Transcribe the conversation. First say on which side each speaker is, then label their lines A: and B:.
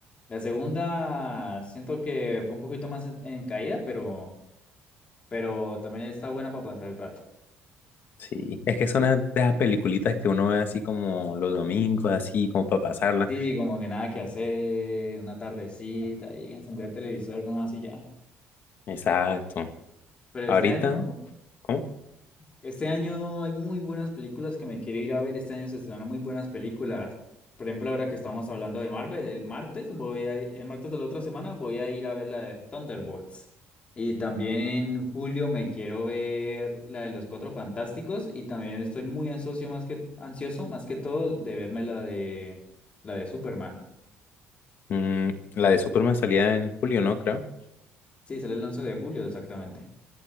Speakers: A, on the left; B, on the left.
A: La segunda siento que fue un poquito más en, en caída, pero, pero también está buena para pasar el rato.
B: Sí, es que son las- de esas peliculitas que uno ve así como los domingos, así como para pasarla.
A: Sí, como que nada que hacer, una tardecita y encender el televisor nomás y ya.
B: Exacto.
A: Pero
B: Ahorita,
A: este año,
B: ¿cómo?
A: Este año hay muy buenas películas que me quiero ir a ver. Este año se estrenan muy buenas películas. Por ejemplo, ahora que estamos hablando de Marvel, el martes voy a, el martes de la otra semana voy a ir a ver la de Thunderbolts. Y también en julio me quiero ver la de los Cuatro Fantásticos y también estoy muy ansioso más que ansioso más que todo de verme la de la de Superman.
B: Mm, la de Superman salía en julio, ¿no? Creo.
A: Sí, sale el 11 de julio exactamente.